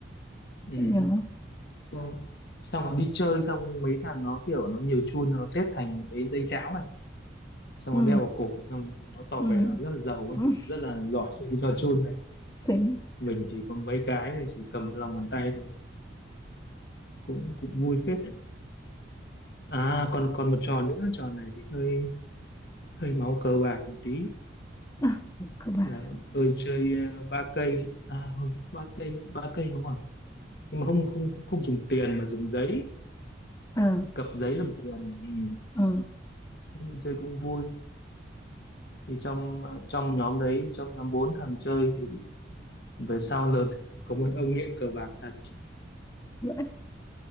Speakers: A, on the left; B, on the left.
A: ừ.
B: Vẫn nhớ
A: xong xong còn đi chơi xong mấy thằng nó kiểu nó nhiều chun nó xếp thành cái dây cháo này xong
B: ừ
A: nó đeo vào cổ xong nó tỏ
B: ừ,
A: vẻ nó rất là giàu ấy,
B: ừ.
A: rất là giỏi chơi cái trò chun đấy
B: xính
A: mình chỉ có mấy cái mình chỉ cầm lòng bàn tay thôi cũng cũng vui phết nhỉ. à còn còn một trò nữa trò này thì hơi hơi máu cờ bạc một tí
B: <laughs> à, cơ bản
A: là bọn tôi chơi ờ, ba cây à không, ba cây ba cây đúng không nhưng mà không không cũng không dùng tiền mà dùng giấy
B: ờ
A: cặp giấy làm tiền ừ.
B: ờ
A: thế thì chơi cũng vui thì trong ờ, trong nhóm đấy trong nhóm bốn thằng chơi thì về sau lớn <laughs> có một ông nghiện cờ bạc thật
B: vẫn